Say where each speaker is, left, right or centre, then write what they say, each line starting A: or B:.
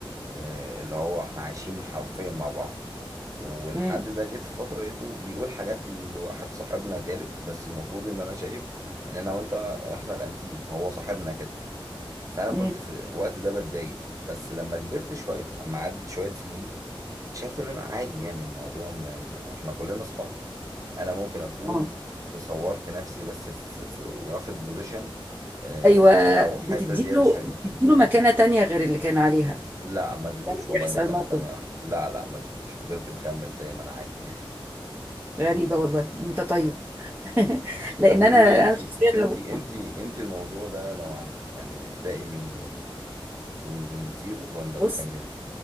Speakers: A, on the right; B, on the right.
A: آه اللي هو احنا عايشين حرفيا مع بعض والحد
B: مم.
A: ده جيت في فترة لقيته بيقول حاجات لواحد صاحبنا تالت بس المفروض ان انا شايف ان انا وانت احنا الانتيم هو صاحبنا كده فانا
B: مم.
A: كنت في الوقت ده بتضايق بس لما كبرت شويه اما عدت شويه سنين اكتشفت ان انا عادي يعني الموضوع م... م- احنا كلنا اصحاب انا ممكن اكون
B: اه
A: تصورت نفسي بس في, في... واخد بوزيشن آه،
B: ايوه
A: او
B: بتديله
A: حته زياده شويه
B: بتديله مكانة تانية غير اللي كان عليها
A: لا ما اديتوش
B: لما
A: والله
B: يحصل
A: مكانه
B: موقف
A: تانية لا لا ما اديتوش فضلت مكمل زي ما انا عادي <laughs>
B: غريبة والله انت طيب <laughs> لان
A: طب قولي
B: انا
A: لي انت
B: انا شخصيا
A: انت
B: لو
A: انت انت الموضوع ده لو عندك يعني تبدأي من from- من الزيرو ولا
B: بص
A: تكملي